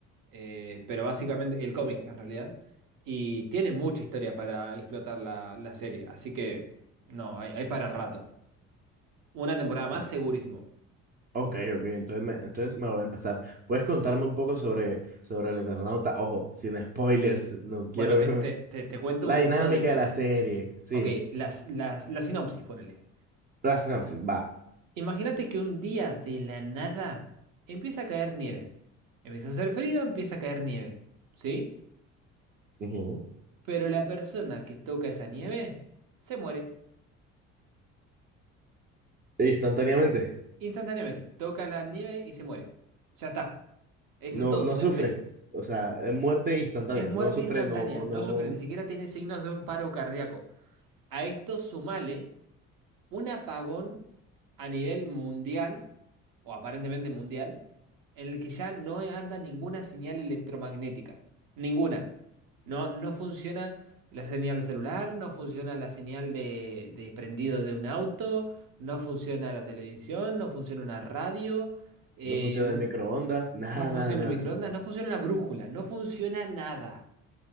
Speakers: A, on the right (about 60°); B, on the right (about 25°).
A: eh, pero básicamente el cómic en realidad. Y tiene mucha historia para explotar la, la serie, así que no, hay, hay para rato. Una temporada más,
B: O-
A: segurísimo.
B: Ok, ok, entonces me, entonces me voy a empezar. ¿Puedes contarme un poco sobre, sobre el Eternauta? Ojo, sin spoilers, no
A: Bueno,
B: quiero
A: te,
B: que me...
A: te- te- te cuento
B: La
A: un poquito
B: dinámica
A: de...
B: de la serie, sí,
A: Ok, las, las, la sinopsis, ponele.
B: la sinopsis, va.
A: Imagínate que un día de la nada empieza a caer nieve. Empieza a hacer frío, empieza a caer nieve. ¿Sí?
B: Ujú.
A: Pero la persona que toca esa nieve se muere.
B: Instantáneamente,
A: Instantáneamente. Toca la nieve y se muere. Ya está. Eso
B: no,
A: es todo.
B: no sufre,
A: Empezó-
B: o sea, es muerte instantánea,
A: Es muerte
B: no sufre,
A: instantánea.
B: no, no,
A: No sufre, ni siquiera tiene signos de un paro cardíaco. A esto sumale. un apagón a nivel mundial, o aparentemente mundial, en el que ya no anda ninguna señal electromagnética. Ninguna. No, no funciona la señal celular, no funciona la señal de, de prendido de un auto, no funciona la televisión, no funciona una radio, eh,
B: no funciona
A: n-
B: el microondas, nada,
A: no funciona
B: nada, nada.
A: el microondas, no funciona la brújula, no funciona nada.